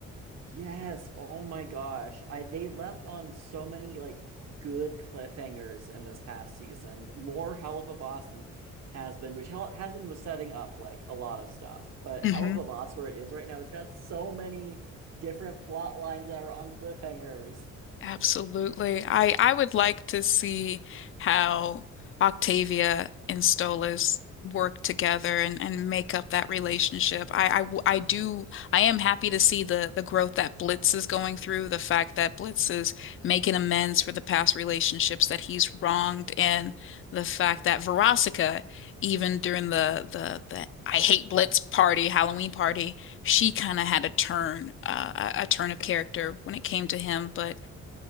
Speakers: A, on the right (about 60°); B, on the left (about 45°).
A: Yes. Oh my gosh. I they left on so many like good cliffhangers in this past season. More Hell of a Boss than has been, which Hell has been was setting up like a lot of stuff. But
B: hmm
A: Hell of a Boss where it is right now, it's got so many different plot lines that are on cliffhangers.
B: Absolutely. I I would like to see how Octavia and Stolas work together and, and make up that relationship. I, I w- I do I am happy to see the the growth that Blitz is going through, the fact that Blitz is making amends for the past relationships that he's wronged, and the fact that Veronica, even during the the the I hate Blitz party, Halloween party, she kind of had a turn, uh, a a turn of character when it came to him, but